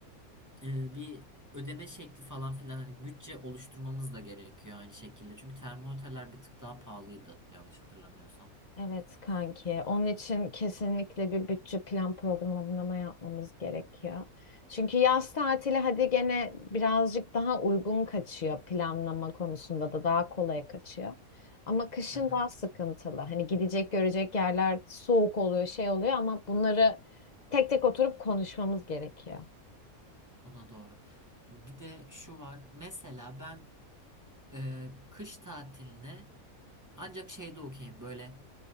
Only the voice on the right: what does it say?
e, bir ödeme şekli falan filan hani bütçe oluşturmamız da gerekiyor aynı şekilde. Çünkü termometreler bir tık daha pahalıydı yanlış hatırlamıyorsam.
Aha,
o da doğru. Bir de şu var. Mesela ben e, kış tatiline ancak şeyde okeyim böyle